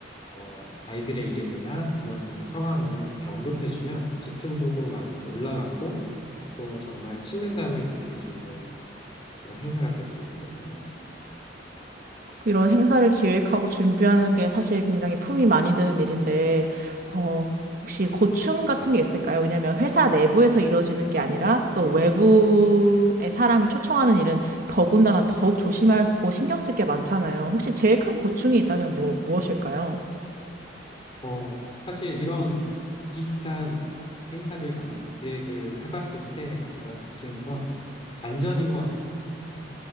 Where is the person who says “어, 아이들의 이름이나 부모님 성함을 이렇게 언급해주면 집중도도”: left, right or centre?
Left